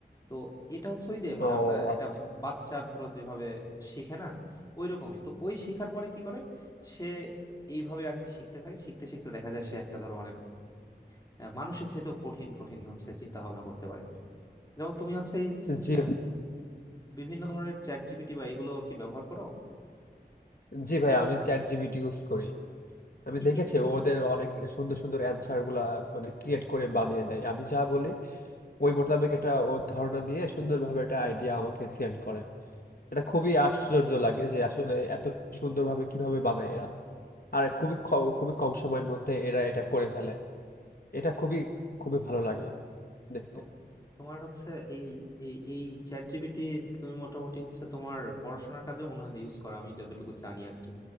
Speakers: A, on the left; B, on the left.
A: তো এটা হচ্ছে ওই যে মানে
B: ও
A: আমরা একটা
B: আচ্ছা
A: বাচ্চার ধরো যেভাবে শিখে না ওই রকমই তো ওই শিখার পরে কি করে সে এইভাবে আর কি শিখতে থাকে শিখতে শিখতে দেখা যায় সে একটা ধরো মানে আহ, মানুষের চাইতেও কঠিন কঠিন হচ্ছে চিন্তা ভাবনা করতে পারে যেমন তুমি হচ্ছে এই
B: জি
A: আহ, বিভিন্ন ধরনের চ্যাট জিপিটি বা এগুলো কি ব্যবহার করো
B: জি ভাই আমি চ্যাট জিপিটি ইউজ করি আমি
A: কি
B: দেখেছি
A: কি
B: ওদের অনেক সুন্দর সুন্দর অ্যান্সার গুলা মানে ক্রিয়েট করে বানিয়ে দেয় আমি যা বলি ওই মোতাবেক এটা ও ধারণা নিয়ে সুন্দরভাবে একটা আইডিয়া আমাকে সেন্ড করে এটা খুবই আশ্চর্য লাগে যে আসলে এত সুন্দরভাবে কিভাবে বানায় এরা আর খুবই খ- খুবই কম সময়ের মধ্যে এরা এটা করে ফেলে এটা খুবই খুবই ভালো লাগে দেখতে
A: তোম- তোমার হচ্ছে এই এই এই চ্যাট জিপিটি তুমি মোটামুটি হচ্ছে তোমার পড়াশোনার কাজেও মনে হয় ইউজ করো আমি যতটুকু জানি আর কি